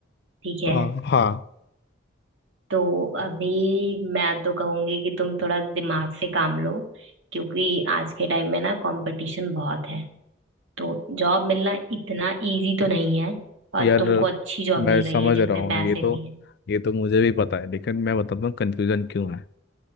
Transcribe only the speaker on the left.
हाँ हाँ,
यार
मैं
समझ
रहा हूँ
ये तो
ये तो मुझे भी पता है लेकिन मैं बताता हूँ कंफ्यूजन क्यों है